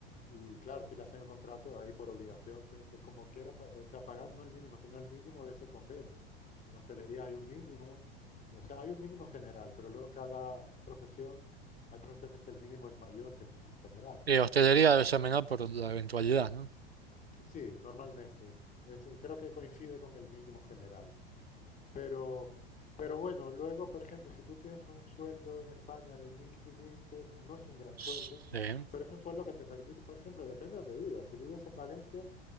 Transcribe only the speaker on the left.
y claro, si le hacen el contrato, ahí por obligación tiene que, como quiera, pa- o sea, pagar no el mínimo, sino el mínimo de ese convenio. En hostelería hay un mínimo, eh, o sea, hay un mínimo general, pero luego cada profesión, hay profesiones que el mínimo es mayor que el mínimo general.
Sí, normalmente, es- creo que coincide con el mínimo general. Pero, pero bueno, luego, por ejemplo, si tú tienes un sueldo en España de 1.500, no es un gran
sueldo, pero es un sueldo que te permite, por ejemplo, depende de donde vivas. Si vives en Valencia,